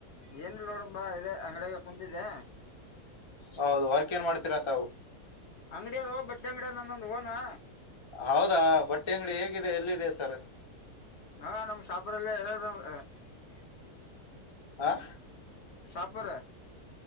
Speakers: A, on the left (about 55°); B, on the left (about 35°).
A: ಏನ್ ಇಲ್ಲ ನೋಡಬ್ಬಾ ಇದೆ ಅಂಗಡ್ಯಾಗ್ ತಿದೆ
B: ಹೌದು ವರ್ಕ್ ಏನ್ ಮಾಡ್ತೀರಾ ತಾವು.
A: ಅಂಗಡಿ ಅದೋ ಬಟ್ಟಿ ಅಂಗಡಿಯ ಅಂದೊಂದು ಹೋನಾ.
B: ಹೌದಾ ಬಟ್ಟೆ ಅಂಗಡಿ ಹೇಗಿದೆ ಎಲ್ಲಿದೆ ಸರ್.
A: ಹಾ ನಮ್ ಶಾಪುರಲ್ಲೇ <inaudible>
B: ಆ.
A: ಶಾಪರ